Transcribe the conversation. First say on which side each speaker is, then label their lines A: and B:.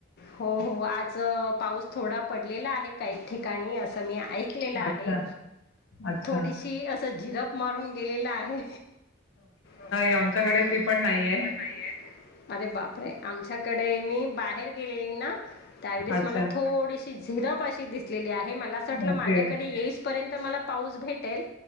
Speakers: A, on the left; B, on the left.
A: हो हो आज पाऊस थोडा पडलेला आहे काय ठिक काणी असं मी ऐकलेलं आहे
B: अच्छा अच्छा
A: थोडीशी अस झिरप मारून गेलेला आहे ओके
B: आमच्याकडे
A: नाही आमच्याकडे
B: ती पण नाहीये
A: ते पण नाहीये अरे बापरे आमच्याकडे मी बाहेर गेलेली ना त्यावेळेस
B: अच्छा
A: मला थोडीशी झिरप अशी दिसलेली आहे मला असं वाटलं
B: ओके
A: माझ्याकडे येईस पर्यंत मला पाऊस भेटेल